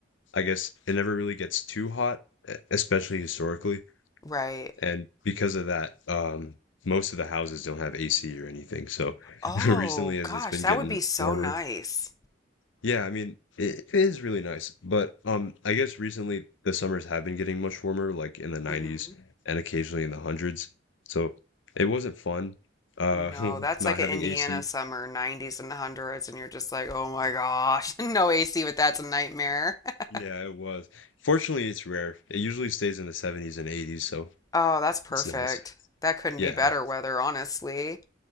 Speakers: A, on the left; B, on the left.
A: I guess, it never really gets too hot, e- especially historically.
B: right.
A: And because of that, um, most of the houses don't have AC or anything. So <laughs>
B: Oh,
A: recently, as
B: gosh,
A: it's been
B: that
A: getting
B: would be so
A: warmer,
B: nice.
A: yeah, I mean, it, it is really nice. But um, I guess recently the summers have been getting much warmer, like in the 90s
B: hmm
A: and occasionally in the hundreds. So it wasn't fun, uh,
B: No, that's
A: <laughs> not
B: like an
A: having
B: Indiana
A: AC.
B: summer, 90s and 100s, and you're just like, oh my gosh, <laughs> no AC, but that's a nightmare. <laughs>
A: Yeah, it was. Fortunately, it's rare. It usually stays in the 70s and 80s, so
B: Oh, that's perfect.
A: it's nice.
B: That couldn't
A: Yeah.
B: be better weather, honestly.